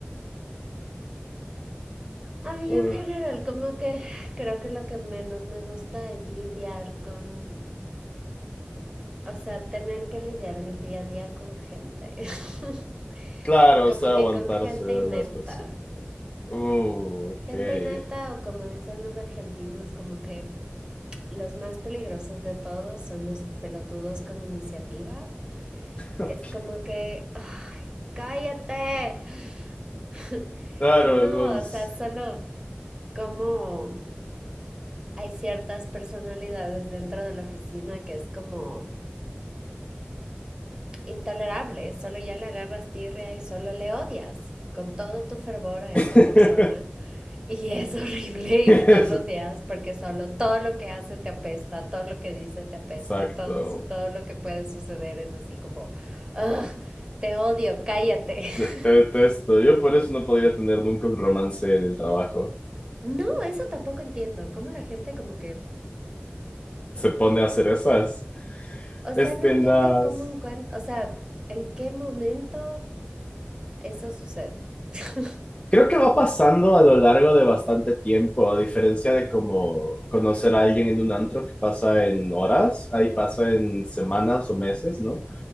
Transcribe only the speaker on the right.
A mí
en general, como que creo que lo que menos me gusta es lidiar con, o sea, tener que lidiar en el día a día con gente. <laughs>
Como
que
con gente
inepta.
Gente
inepta o como dicen los argentinos, como que los más peligrosos de todos son los pelotudos con iniciativa.
Es como que, ¡ay, cállate! <laughs>
Y no,
o sea, solo como hay ciertas personalidades dentro de la oficina que es como intolerable, solo ya le agarras tirria y solo le odias con todo tu fervor a esa
persona. Y es <laughs> horrible ir
todos los días porque solo todo lo que hace te apesta, todo lo que dice te apesta,
todo, todo lo que puede suceder es así como, "Ugh, te odio, cállate. <laughs>
No, eso tampoco entiendo, cómo la gente como que,
o sea,
no entiendo
cómo encuentro, o sea, en qué momento Eso sucede. <laughs>